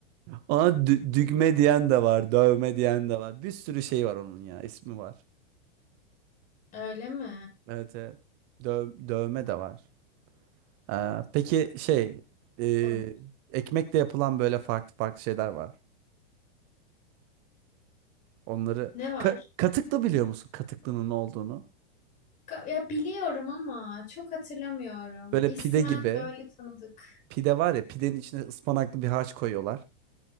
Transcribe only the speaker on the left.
Öyle mi?
Olabilir.
Ne var?
Ka- Ya biliyorum ama çok hatırlamıyorum.
İsmen
böyle tanıdık.